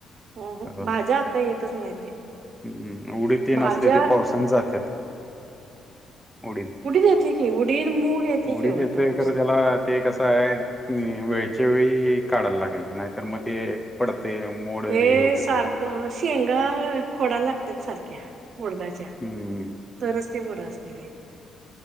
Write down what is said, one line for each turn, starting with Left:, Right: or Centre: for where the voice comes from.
Right: हू हू
Centre: होय.
Right: भाज्या आता येतच नाही ते
Centre: हम्म उडीद ते
Right: भाज्या
Centre: नसते ते पावसाने जातात. उडीद
Right: येते की उडीद मूग येते
Centre: उडीद
Right: की ओ आता
Centre: येतंय
Right: पावसात.
Centre: खर त्याला ते कस आहे मी वेळच्या वेळी काढायला लागायचे नाही तर मग ते पडतेय मोड वगैरे
Right: ते
Centre: हे होतय
Right: सारखं
Centre: लगेच
Right: शेंगा खोडा लागतात सारख्या उडदाच्या.
Centre: हम्म ह्म्म.
Right: तरच ते बरं असते एक